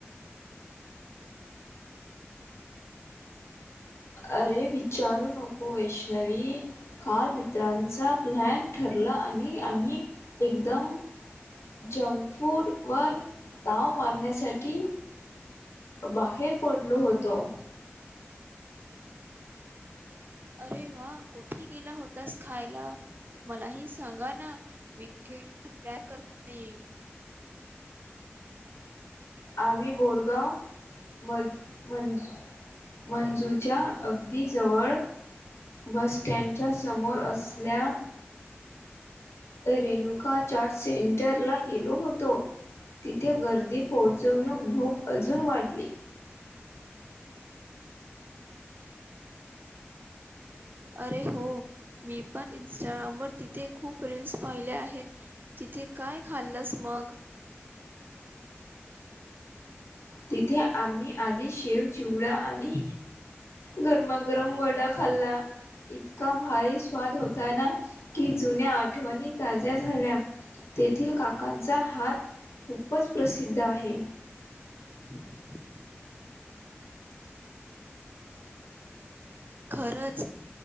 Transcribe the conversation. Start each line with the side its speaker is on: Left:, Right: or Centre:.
Left: अरे विचारू नको वैष्णवी काल मित्रांचा प्लॅन ठरला आम्ही एकदम जंक फूड वर ताव मारण्यासाठी बाहेर पडलो होतो
Right: अरे वा कुठे गेला होतास खायला. मलाही सांगा ना विके प्लॅन करता येईल.
Left: आम्ही बोरगाव म मंज मंजूच्या अगदी जवळ बस. त्यांच्या समोर असल्या. रेणुका चार्ट सेंटर लाग. गेलो होतो तिथे गर्दी पोहोचवण भूक अजून वाढली.
Right: अरे हो मी पण इंस्टाग्राम वर तिथे खूप रीलीलस पाहिले आहेत. तथे काय खाल्लस मग
Left: तिथे आम्ही आधी शेव चिवडा आणि गरमागरम वड खल्ला. इतका भारी स्वाद होता ना की जुन्या आठवणी ताज्या झाल्या. तेथील काकांचा हात खूपच प्रसिद्ध आहे.
Right: <inaudible> खरंच